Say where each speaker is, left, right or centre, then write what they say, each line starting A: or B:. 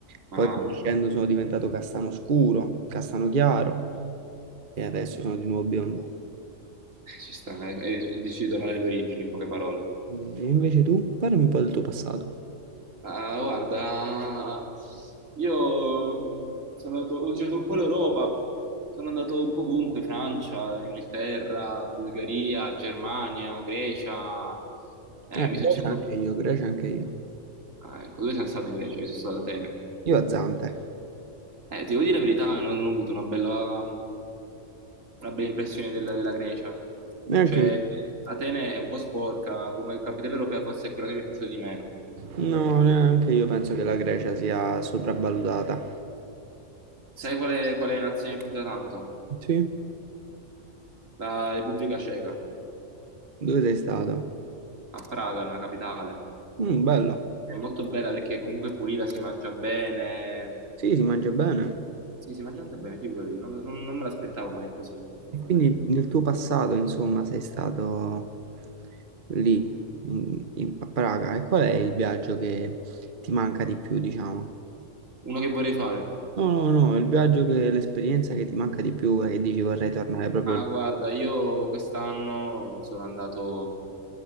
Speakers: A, on the right; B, on the right.
A: poi
B: Ah,
A: crescendo sono diventato castano scuro, castano chiaro e adesso sono di nuovo biondo.
B: <laughs> ci sta, eh, eh, dici di tornare alle origini, in poche parole.
A: Sì, sì, sì. Invece tu, parlami un po' del tuo passato.
B: Ah, guarda, io mh, sono andato, ho girato un po' l'Europa, sono andato un po' ovunque, Francia, Inghilterra, Bulgaria, Germania, Grecia, Eh,
A: Eh,
B: mi
A: Grecia
B: sono girato,
A: anche io, Grecia anche io.
B: ah, ecco, dove sei stato in Grecia? Io sono stato ad Atene.
A: Io a Zante,
B: Eh, ti devo dire la verità, non, non ho avuto una bella, mh, una bella impressione della, della Grecia,
A: neanche
B: cioè
A: io.
B: Atene è un po' sporca, come capitale europea forse è quella che mi è piaciuta di meno.
A: No, neanche io penso che la Grecia sia sopravvalutata.
B: Sai
A: Sì.
B: quale, quale nazione mi è piaciuta tanto?
A: Sì?
B: La Repubblica Ceca.
A: Dove sei stato?
B: a Praga, nella capitale.
A: Mm, bello.
B: È molto bella perché comunque è pulita, si mangia bene.
A: Sì, si mangia bene.
B: Sì, si mangia anche bene, figurati, non, non- non me l'aspettavo, ma è così, effettivamente.
A: E quindi nel tuo passato, insomma, sei stato lì, in- in- a Praga. E qual è il viaggio che ti manca di più, diciamo?
B: Uno che vorrei fare?
A: No, no, no, il viaggio che, l'esperienza che ti manca di più e che dici vorrei tornare proprio
B: Ah,
A: lì.
B: guarda, io quest'anno sono andato